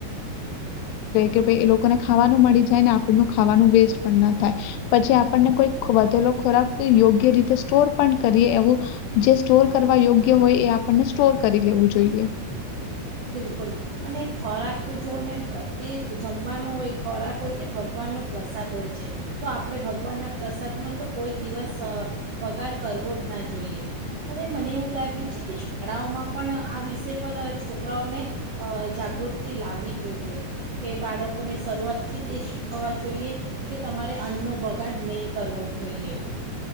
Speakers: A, on the left (about 80°); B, on the right (about 85°).
A: કે ભાઈ એ લોકોને ખાવાનું મળી જાય ને આપણ ખાવાનું વેસ્ટ પણ ના થાય પછી આપણને કોઈ વધેલો ખોરાક યોગ્ય રીતે સ્ટોર પણ કરીએ એવું જે સ્ટોર કરવા યોગ્ય હોય એ આપણને સ્ટોર કરી લેવું જોઈએ.
B: બિલકુલ અને ખોરાક તો જોને તે જમવાનો હોય ખોરાક હોય તે ભગવાનનો પ્રસાદ હોય છે તો આપણે ભગવાનના પ્રસાદનો તો કોઈ દિવસ બગાડ કરવો જ ના જોઈએ અને મને એવું લાગે છે કે શાળાઓમાં પણ આ વિષય પર છોકરાઓને જાગૃતિ લાવવી જોઈએ કે બાળકોને શરૂઆતથી જ એ શીખવવા જોઈએ કે તમારે અન્નનો બગાડ નહીં કરવો જોઈએ.